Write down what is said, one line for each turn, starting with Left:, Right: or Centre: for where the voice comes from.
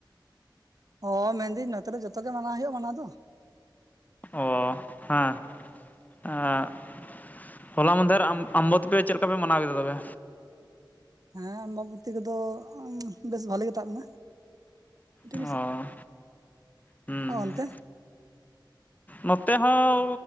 Right: ᱚ ᱢᱮᱱᱫᱟᱹᱧ ᱱᱚᱛᱮ ᱨᱮ ᱡᱚᱛᱚ ᱜᱮ ᱢᱟᱱᱟᱣ ᱦᱳᱭᱳᱜᱼᱟ ᱢᱟᱱᱟ ᱫᱚ᱾
Left: ᱚ ᱦᱮᱸ ᱮᱸ ᱦᱚᱞᱟ ᱢᱟᱫᱷᱮᱨ ᱟᱢ ᱟᱢᱵᱚᱛᱤ ᱯᱮ ᱪᱮᱫ ᱞᱮᱠᱟ ᱯᱮ ᱢᱟᱱᱟᱣ ᱠᱮᱫᱟ ᱛᱚᱵᱮ?
Right: ᱦᱮᱸ ᱟᱢᱵᱟᱵᱚᱛᱤ ᱠᱚᱫᱚ ᱵᱮᱥ ᱵᱷᱟᱞᱮ ᱜᱮ ᱛᱟᱵ ᱮᱱᱟ᱾ ᱴᱷᱤᱠ
Left: ᱚ
Right: ᱟᱪᱷᱮ
Left: ᱦᱩᱸ
Right: ᱚᱱᱛᱮ
Left: ᱦᱩᱸ ᱱᱚᱛᱮ ᱦᱚᱸ